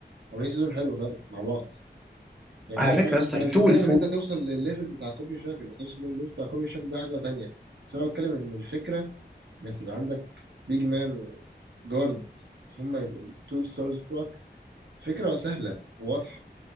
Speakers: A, on the right (about 70°); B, in the centre.
A: عاملين سيزون حلو فعلا مع بعض يعني
B: على
A: انا
B: فكره يا اسطى
A: انا
B: التو
A: مش بتكلم
B: والفور
A: ان انت توصل للليفل بتاع كوبي شاك انك توصل للليفل بتاع كوبي شاك ده حاجه تانيه بس انا بتكلم ان الفكره انك يبقى عندك بيج مان وجارد هم يبقوا التو ستارز بتوعك فكره سهله وواضحه